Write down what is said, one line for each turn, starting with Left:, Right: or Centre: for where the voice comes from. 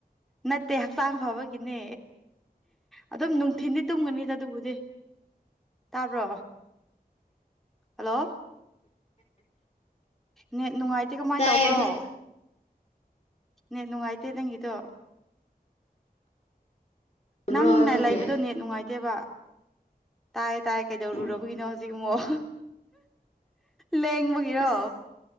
Centre: ꯅꯠꯇꯦ ꯍꯛꯆꯥꯡ ꯐꯕꯒꯤꯅꯦ ꯑꯗꯨꯝ ꯅꯨꯡꯊꯤꯟꯗꯤ ꯇꯨꯝꯒꯅꯤꯗ ꯑꯗꯨꯕꯨꯗꯤ ꯇꯥꯕ꯭ꯔꯣ ꯍꯜꯂꯣ ꯅꯦ ꯅꯨꯡꯉꯥꯏꯇꯦ ꯀꯃꯥꯏꯅ
Left: ꯇꯥꯏꯌꯦ
Centre: ꯇꯧꯕ꯭ꯔꯣ ꯅ ꯅꯨꯡꯉꯥꯏꯇꯦ ꯅꯪꯒꯤꯗꯣ
Left: ꯐꯖꯕ꯭ꯔꯣ
Centre: ꯅꯪꯅ
Left: ꯍꯧꯖꯤꯛꯀꯤ
Centre: ꯂꯩꯕꯗꯣ ꯅꯦ ꯅꯨꯡꯉꯥꯏꯇꯦꯕ ꯇꯥꯏ ꯇꯥꯏ ꯀꯩꯗꯧꯔꯨꯔꯕꯒꯤꯅꯣ
Left: ꯑꯣ
Centre: ꯍꯧꯖꯤꯛ ꯑꯃꯛ ꯂꯦꯡꯕꯒꯤꯔꯣ
Left: ꯑꯁ